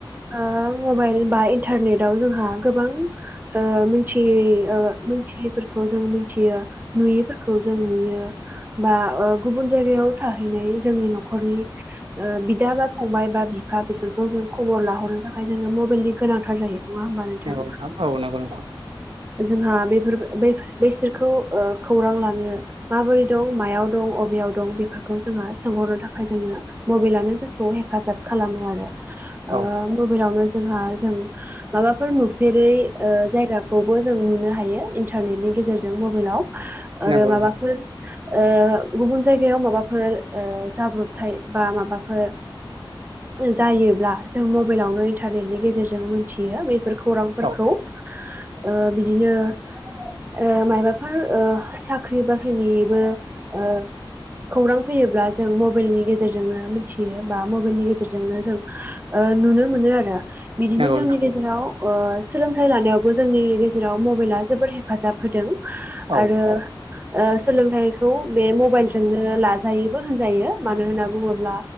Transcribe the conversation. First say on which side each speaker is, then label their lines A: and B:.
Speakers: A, on the right; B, on the right.
A: ओ मबाइल बा इन्टारनेटाव जोंहा गोबां ओ मोनथियै ओ मोनथियैफोरखौ जों मिथियो नुयैफोर खौ जों नुयो बा ओ गुबुन जायगायाव थाहैनाय जोंनि न'खरनि ओ बिदा बा फंबाय बा बिफा बेफोरखौ जों खबर लाहरो थाखाय जोंनो मबेलनि गोनांथार जायो नङा होमबा थां
B: नंगौ नोंथां
A: जोंहा बेफोर बेफोर बैसोर खौ ओ खौरां लानो माबोरै दं मायाव दं अबेयाव दं बेफोरखौ जोंहा सोंहरनो था खाय जोङो मबाइलानो जोंखौ हेफाजाब खालामो आरो। ओ
B: औ
A: मबाइलावनो जोंहा जों माबाफोर नु फेरै ओ जायगाखौबो जों नुनो हायो इन्टारनेटनि गेजेरजों मबाइलाव आरो
B: नंगौ
A: माबाफोर
B: नोंथां
A: ओ गुबुन जायगायाव माबाफोर ओ जाब्रबथाय बा माबाफोर जायोब्ला जों मबाइलावनो इन्टारनेटनि गेजेरजों मोनथियो बे फोर खौरांफोरखौ।
B: औ
A: ओ बिदिनो ओ माबाफोर ओ साख्रि बाख्रिनि बो ओ खौरां फैयोब्ला जों मबाइलनि गेजेरजोंनो मिथियो बा मबाइलनि गेजेरजोंनो जों ओ नुनो मोनो आरो बिदिनो
B: नंगौ
A: जोंनि
B: नोंथां औ नंगौ नोंथां
A: गेजेराव ओ सोलोंथाइ लानायावबो जोंनि गेजेराव मबाइला जोबोद हेफाजाब होदों
B: औ
A: आरो ओ सोलोंथाइखौ बे मबाइलजोंनो लाजायोबो होनजायो मानो होनना बुङोब्ला